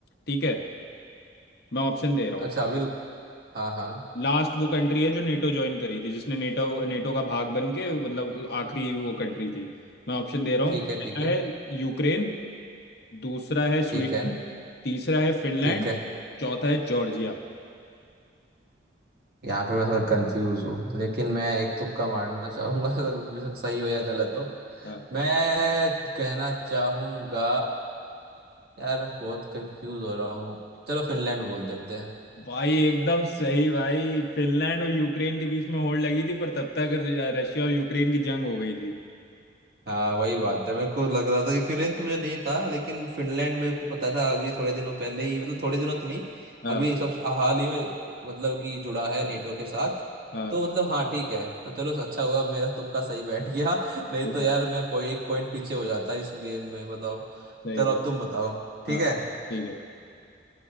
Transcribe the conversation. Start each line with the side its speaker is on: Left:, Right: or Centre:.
Left: ठीक है मैं ऑप्शन दे रहा
Right: अच्छा
Left: हूँ
Right: अभी हाँ हाँ
Left: लास्ट वो कंट्री है जो नेटो ज्वाइन करी थी जिसने नेटो नेटो का भाग बन के मतलब आखिरी वो कंट्री थी मैं ऑप्शन दे रहा
Right: ठीक
Left: हूँ पहला
Right: है ठीक है
Left: है यूक्रेन दूसरा है स्वीडन
Right: ठीक है
Left: तीसरा है फिनलैंड
Right: ठीक है
Left: चौथा है जॉर्जिया
Right: यहाँ पे मैं थोड़ा कंफ्यूज हूँ लेकिन मैं एक तुक्का मारना चाहूंगा <laughs> अगर बेशक सही हो या गलत हो
Left: हाँ।
Right: मैं कहना चाहूंगा यार मैं बहुत कंफ्यूज हो रहा हूँ चलो फिनलैंड बोल देते
Left: भाई एकदम सही भाई फिनलैंड और यूक्रेन के बीच में होड़ लगी थी पर तब तक र- रशिया और यूक्रेन की जंग हो गई थी
Right: हाँ वही बात है मेरे को लग रहा था कि यूक्रेन तो मुझे नहीं था लेकिन फिनलैंड मेरे को पता था अभी थोड़े दिनों पहले ही मतलब थोड़े दिनों तो नहीं
Left: हाँ
Right: अभी सब हाल ही में मतलब कि जुड़ा है नेटो के साथ
Left: हाँ
Right: तो मतलब हाँ ठीक है तो चलो अच्छा हुआ मेरा तुक्का सही बैठ गया <laughs> नहीं
Left: सही
Right: तो
Left: बात
Right: यार मैं पॉइ- एक पॉइंट पीछे हो जाता इस गेम में बताओ
Left: सही
Right: चलो
Left: बात
Right: अब तुम बताओ ठीक
Left: हाँ
Right: है
Left: ठीक है